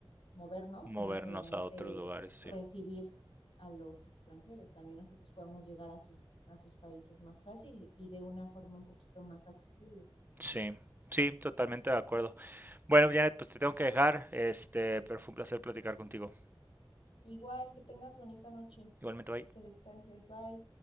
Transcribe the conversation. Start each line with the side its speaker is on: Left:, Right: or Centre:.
Left: movernos
Right: Movernos
Left: y no solamente
Right: a otros lugares, sí.
Left: recibir a los extranjeros, también nosotros podemos llegar a sus, a sus países más fácil y de una forma un poquito más accesible.
Right: Sí, sí, totalmente de acuerdo. Bueno, Janet, pues te tengo que dejar, este, pero fue un placer platicar contigo.
Left: Igual, que tengas bonita noche,
Right: Igualmente, bye.
Left: que descanses, bye.